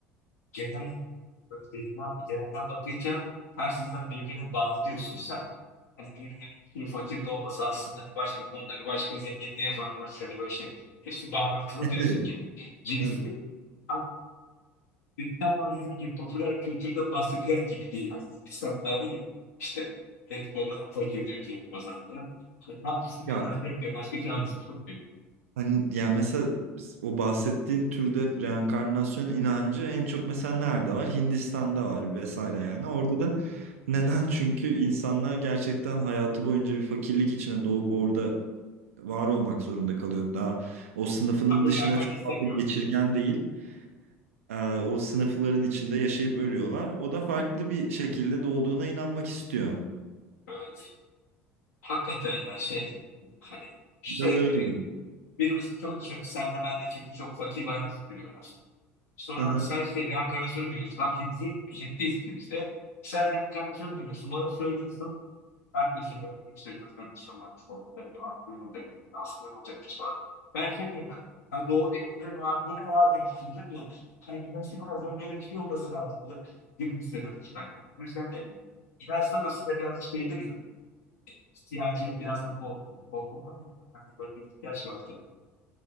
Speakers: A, on the left; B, on the right.
A: genel böyle birbirinden, genelden bakınca her şeyden birbirine bağlı diyorsun sen. Hani birbirinin bir fakir de olması aslında bir başka konuda bir başka zenginliğe falan yol Hani böyle şey hepsi bağlantılı
B: Evet,
A: diyorsun gir- girifli
B: evet.
A: ama Tam ona gibi popüler kültürde bahsedilen gibi değil. Hani İnsanlar var ya işte herif babadan fakir diyor Cem Yılmaz hatta. Ne yapsın inancı
B: ya.
A: yok diyor. Başka çaresi yok diyor.
B: Hani yani mesela biz- o bahsettiğin türde reenkarnasyon inancı en çok mesela nerede var? Hindistan'da var vesaire yani. Orada da neden? Çünkü insanlar gerçekten hayatı boyunca bir fakirlik içine doğup orada var olmak zorunda kalıyor. Daha o sınıfının
A: Kabullenmek
B: dışına çok
A: istemiyor.
B: fazla geçirgen değil. Ee, o sınıfların içinde yaşayıp ölüyorlar. O da farklı bir şekilde doğduğuna inanmak istiyor.
A: Evet. Hakikaten ya şey hani işte
B: Biraz öyle
A: bir- birimiz çok düşün. Senle ben de ikimiz de çok fakir bir hayat sürüyoruz. Sonra
B: gibi.
A: sen şey reenkarnasyonu biliyorsun. Tam Hint, Hint, Hintliyiz ikimiz de. Sen reenkarnasyonu duyuyorsun. Bana söylüyorsun. Herkesin böyle bir yükselen öncesi var. Orada bir aklın olacak, bir aslında olacak bir şey var. Ben şey dedim ben. Ha doğru ya dedim abi bu ne ya dedim. Dedim ya. Hani bu nasıl bazen böyle bir şey olması lazım da gibi hissederek çıkan yani. Bu yüzden de inançlar aslında biraz şeydir ya. ihtiyacı biraz da pol. Pol pol var ya. Hani böyle bir ihtiyaç vardı.